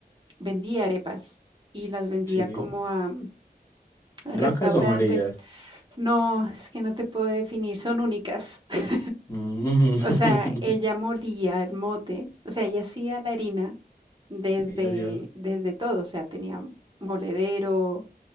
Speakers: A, on the right; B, on the left.
A: vendía arepas y las vendía
B: Sí.
A: como a restaurantes.
B: ¿Blancas o amarillas?
A: No, es que no te puedo definir, son únicas. <laughs>
B: Mm.
A: O sea, ella
B: <laughs>
A: molía el mote, o sea, ella hacía la harina desde,
B: Sí, así es.
A: desde todo, o sea, tenía moledero,